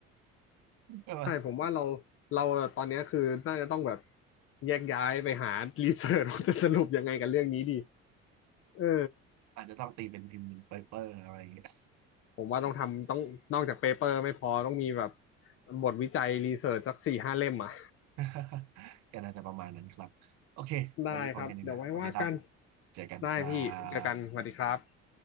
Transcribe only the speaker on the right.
้ <laughs> ว่า
อาจจะต้องตีเป็นพิมพ์เป็นเปเปอร์อะไรอย่างเงี้ย
<laughs> ก็น่าจะประมาณนั้นครับโอเควันนี้พอแค่นี้นะสวัสดีครับ
เจอกันครั
บ